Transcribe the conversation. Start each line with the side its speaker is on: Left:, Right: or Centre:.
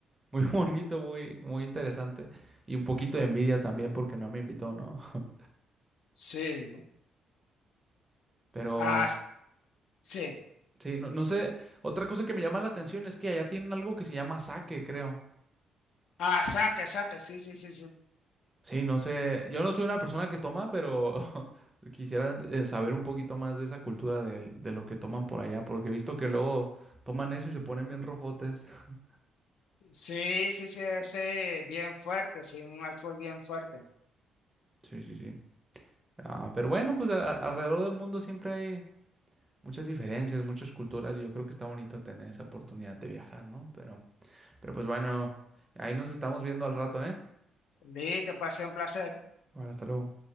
Right: muy <laughs> bonito, muy, muy interesante. Y un poquito de envidia también porque no me invitó, ¿no? <laughs>
Left: Sí.
Right: Pero
Left: Ah, s- sí.
Right: sí, no, no sé. Otra cosa que me llama la atención es que allá tienen algo que se llama sake, creo.
Left: Ah, saque, saque, sí, sí, sí, sí.
Right: Sí, no sé, yo no soy una persona que toma, pero <laughs> quisiera eh, saber un poquito más de esa cultura del- de, lo que toman por allá, porque he visto que luego toman eso y se ponen bien rojotes. <laughs>
Left: Sí, sí, sí, ese bien fuerte, sí, un alcohol bien fuerte.
Right: Sí, sí, sí. Ah, pero bueno, pues a- alrededor del mundo siempre hay muchas diferencias, muchas culturas, y yo creo que está bonito tener esa oportunidad de viajar, ¿no? Pero, pero pues bueno, ahí nos estamos viendo al rato, ¿eh?
Left: Listo, pasé un placer.
Right: Bueno, hasta luego.